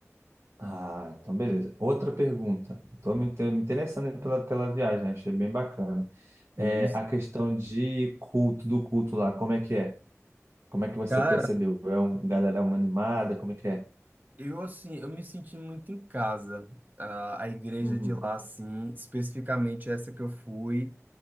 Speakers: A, on the right; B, on the right.
A: Ah, então beleza. Outra pergunta. Estou me, me interessando pela, pela viagem, achei bem bacana. é,
B: Sim.
A: a questão de culto, do culto lá, como é que é? Como é que você
B: Cara,
A: percebeu? É um, galera, é uma animada, como é que é?
B: Eu, assim, eu me senti muito em casa. Ah, a igreja
A: Uhum.
B: de lá, assim, especificamente essa que eu fui,